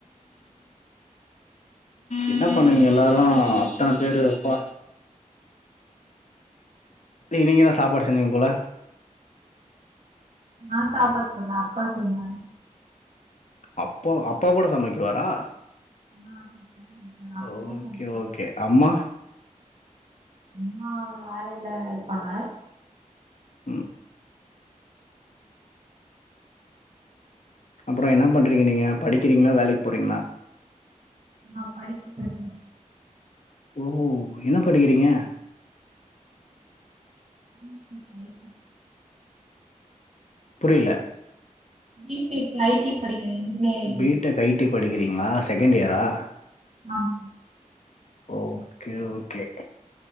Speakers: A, on the left; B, on the right.
A: என்ன பண்ணுவிங்க எல்லாரு அத்தன பேருப்பா நீ நீங்கதா சாப்பாடு செஞ்சிங்க போல
B: நா சாப்பிட சொன்ன அப்பா செஞ்சாங்க
A: அப்போ அப்பா கூட சமைக்குவாரா
B: <unintelligible>
A: ஓகே ஓகே அம்மா
B: அம்மா வேலைல இருப்பாங்க
A: ம் அப்புறோ என்ன பண்றீங்க நீங்க படிக்கிறீங்களா வேலைக்கு போறீங்களா
B: நா படிச்சிட்டு இருக்கே
A: ஓ என்ன படிக்கிறீங்க
B: <unintelligible>
A: புரியல
B: பிபிப் ஐடி படிக் <unintelligible>
A: பிடெக் ஐடி படிக்கிறீங்களா செகண்ட் இயரா
B: ஆமா
A: ஓகே ஓகே